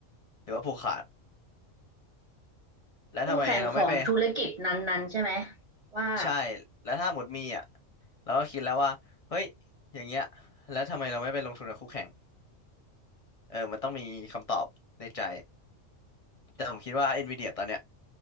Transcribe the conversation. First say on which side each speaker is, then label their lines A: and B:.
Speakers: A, on the left; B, on the right.
A: หรือว่าผูกขาดแล้วทำไมเราไม่ไป
B: คู่แข่งของธุรกิจนั้นๆใช่ไหมว่า
A: ใช่แล้วถ้าหมดมีอ่ะเราก็คิดแล้วว่าเฮ้ยอย่างเงี้ยแล้วทำไมเราไม่ไปลงทุนกับคู่แข่งเออมันต้องมีคำตอบในใจแต่ผมคิดว่า NVIDIA ตอนเนี้ย